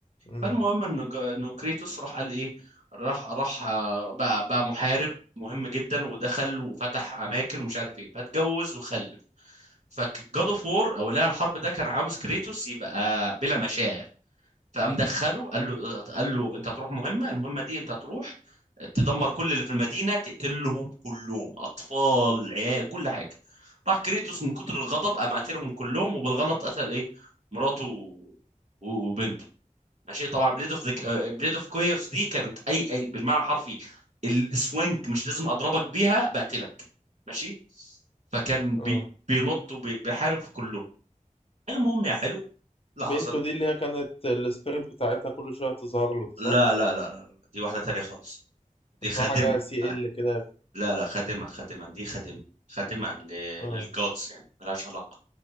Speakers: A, on the left (about 45°); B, on the right (about 50°).
A: امم
B: فالمهم انه انه كريتوس راح قال ايه راح راح آه، بقى بقى محارب مهم جدا ودخل وفتح اماكن ومش عارف ايه فاتجوز وخلف فجاد اوف وور او اله الحرب ده كان عاوز كريتوس يبقى بلا مشاعر فقام دخله قال له قال له انت هتروح مهمه المهمه دي انت هتروح تدمر كل اللي في المدينه تقتلهم كلهم اطفال عيال كل حاجه راح كريتوس من كتر الغضب قام قاتلهم كلهم وبالغلط قتل ايه مراته و- وبنته ماشي طبعا بليد اوف بليد اوف كويرز دي كانت اي اي بالمعنى الحرفي السوينج مش لازم اضربك بيها بقتلك ماشي فكان بي
A: اه
B: بينط وبيحارب في كله المهم يا حلو لا حصل
A: بنته دي اللي هي كانت السبيريت بتاعتها كل شوية تظهر له دي صح؟
B: لا لا لا لا دي واحدة تانية خالص دي
A: اسمها
B: خادمة
A: حاجة سي
B: آه،
A: ال كده
B: لا لا خادمة خادمة دي خادمة خادمة ل-
A: اه
B: للجودز يعني ملهاش علاقة